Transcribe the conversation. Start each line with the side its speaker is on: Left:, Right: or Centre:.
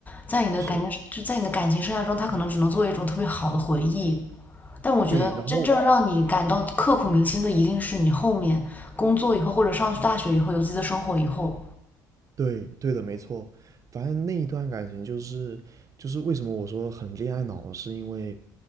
Left: 在你的感情，
Right: 是
Left: 就在你的感情生涯中，它可能只能作为一种特别好的回忆。但我觉得真正让你感到刻骨铭心的，
Right: 对。然后
Left: 一定是你后面工作以后，或者上大学以后，有自己的生活以后，
Right: 对，对的，没错。反正那一段感情就是就是为什么我说很恋爱脑，是因为